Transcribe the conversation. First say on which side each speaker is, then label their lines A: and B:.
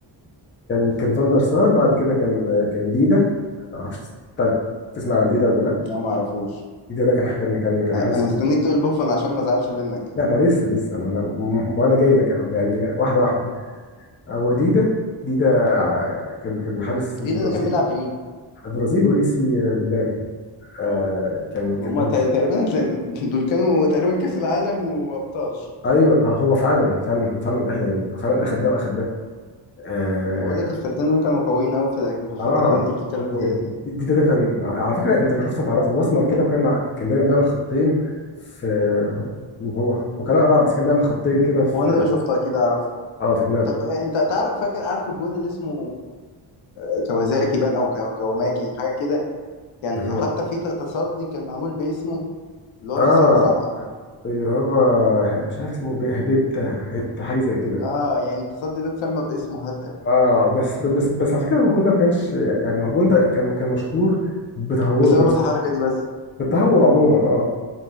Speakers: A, on the left (about 25°); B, on the left (about 80°).
A: كان كان فاندر سار بعد كده كان كان ديدا انا عارف طيب تسمع عن ديدا ولا لا
B: لا ما اعرفوش
A: ديدا ده كان كان كان كان
B: انا
A: حارس
B: أنا
A: ال...
B: مستنيك تقول بوفون عشان ما ازعلش منك
A: لا ما لسه لسه ما انا ما انا جاي لك اهو يعني واحده واحده هو ديدا ديدا ع- كان كان حارس
B: ليه
A: البرازيل
B: ده كان بيلعب يمين
A: البرازيل واي سي ميلان آه
B: اه
A: كان كان
B: هما
A: برضه
B: تا- تقريبا دول كانوا تقريبا كاس العالم وابطال
A: ايوه آه، هو فعلا فعلا هو فعلا آه يعني هو فعلا اخد ده واخد ده آه،
B: أنا بقول لك الفرقتين دول كانوا قويين قوي في في الفتره
A: اه
B: اللي انت بتتكلم
A: هو
B: فيها دي
A: دي ده, ده كان على فكره انت لو شفته تعرفه هو اسمر كده وكان ع- كان دايما بيعمل خطين في هو هو كان اقرع بس كان بيعمل خطين كده في
B: هو انا لو شفته اكيد اعرفه
A: اه في دماغه
B: طب آه، انت تعرف فاكر عارف الجون اللي اسمه آه، كوازاكي بان او كو- كوماكي حاجه كده كان
A: اللي هو
B: حتى في ت- تصدي كان معمول باسمه اللي هو
A: اه
B: تصدي العقرب
A: اللي هو مش عارف اسمه بي- بيبتا هيبتا حاجه زي كده
B: اه يعني التصدي ده اتسمى باسمه حتى
A: اه بس بس بس على فكره هو الجون ده ما كانش يعني هو الجون ده كان كان مشهور بتهوره
B: بسبب
A: بس
B: الحركه دي بس
A: بالتهور عموما اه